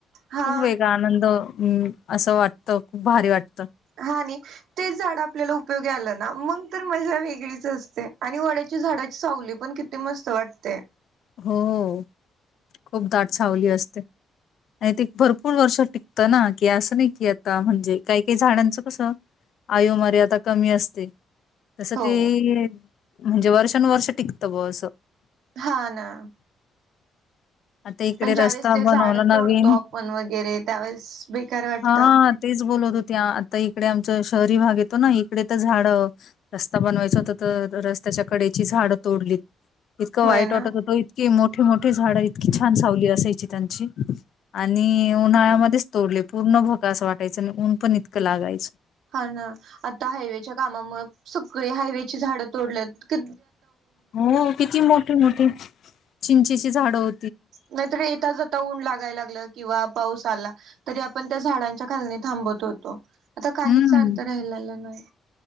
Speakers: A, on the right; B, on the left.
A: हा
B: खूप वेग आनंद हम् असं वाटतं खूप भारी वाटत
A: हा आणि ते झाड आपल्याला उपयोग लं ना मग तर मजा वेगळीच असते आणि वड्याची झाडाची सावली पण किती मस्त वाटते
B: हो खूप दाट सावली असते आणि ते भरपूर वर्ष टिकतं ना की असं नाही की आता म्हणजे काही काही झाडांचं कस आयु मर्याता कमी असते तस
A: हो
B: ते म्हणजे वर्ष वर्ष टिकतं बस
A: हा ना
B: आता इकडे
A: पण ज्यावेेळेस
B: रस्ता
A: ते
B: बनवला
A: झाड तोडतो
B: नवीन
A: आपण वगैरे त्यावेळेस बेकार वाटत
B: हा तेच बोलत होते त्या आता इकडे आमचा शहरी भाग येतो ना इकडे तर झाड रस्ता बनवायच होत तर रस्त्याच्या कडेची झाडं तोडलीत इतकां
A: होय
B: वाईट
A: ना
B: वाटत होतो इतकी मोठठी मोठी झाड इतकी छान सावली असायची त्यांची आणि उन्हाळ्यामध्येच तोली पूर्ण भोग अस वाटयं आणि ऊन पण इतकं लागायचं
A: हा ना आता हायवेच्या कामामुळे सगळी हायवेची झाडं तोडल्यात क
B: हो किती मोठे मोठे चिंचेची झाडं हो
A: नाहीतरी येताचता ऊन लागायला लागलं किंवा पाऊस आला तरी पण त्या झाडांच्या खालनी थांबत होतो आता काहीच
B: हम्म
A: अर्थ राहिलेला नाही